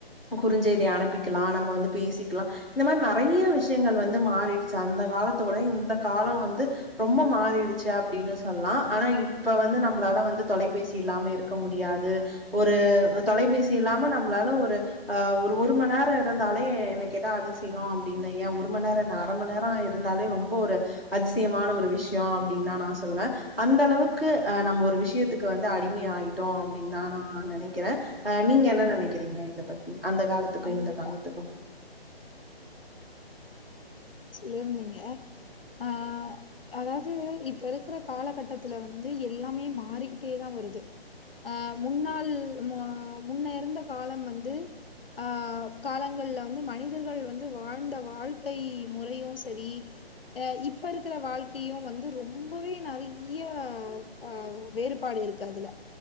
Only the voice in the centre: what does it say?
குறுஞ்செய்தி அனுப்பிக்கலா நம்ம வந்து பேசிக்கலா இந்த மாரி நெறைய விஷயங்கள் வந்து மாறிடுச்சு அந்த காலத்த விட இந் அந்த காலோ வந்து ரொம்ப மாறிடுச்சு அப்டின்னு சொல்லலா ஆனா இப்ப வந்து நம்மளால வந்து தொலைபேசி இல்லாம இருக்க முடியாது ஒரு தொலைபேசி இல்லாம நம்மளால ஒரு ஆ ஒரு மணி நேரோ இருந்தாலே என்ன கேட்டா அதிசயோ அப்டின்னு ஏன் ஒரு மணி நேரோ அரை மணி நேரோ இருந்தாலே ரொம்ப ஒரு அதிசயமான ஒரு விஷயோ அப்டின்னுதா நா சொல்லுவே அந்த அளவுக்கு ஆ நம்ம ஒரு விஷயத்துக்கு வந்து அடிமை ஆயிட்டோ அப்டின்னுதா நா நெனைக்கிறே ஆ நீங்க என்ன நெனைக்கிறீங்க இதப் பத்தி அந்த காலத்துக்கும்
இந்த காலத்துக்கும்